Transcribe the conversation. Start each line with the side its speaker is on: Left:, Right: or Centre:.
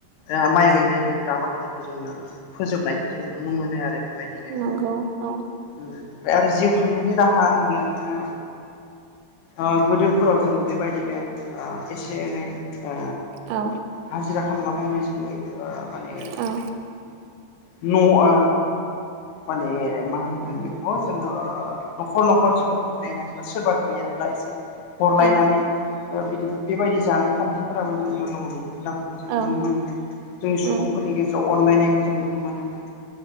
Left: ओ माइ गायनाय बेफोर आबादफोरखौ जोङो फोजोबनायखौ जोङो नुनो मोनो आरो बेबायदिनो
Right: नंगौ औ
Left: ओमफ्राय आरो जिउ खांनायनि राहा होनोब्ला जोङो ओ गोदोफोराव जोङो बेबायदिनो एसे एनै ओ
Right: औ
Left: हाजिरा खामला मावनायजों माने
Right: औ
Left: न' अ माने मा होनगोन बेखौ जोङो न'खर न'खर जोङो बिलायनानै बा सोरबा गैयाब्ला एसे हरलायनानै
Right: औ
Left: बिदि बेबायदि जानाय खान्थिफोराबो जोंनियाव दङमोन हुदाफोरखौ जोङो
Right: औ
Left: नुनो मोनोमोन जोंनि
Right: उम
Left: सुबुंफोरनि गेजेराव अनलायनायखौ जों नुनो मोनोमोन।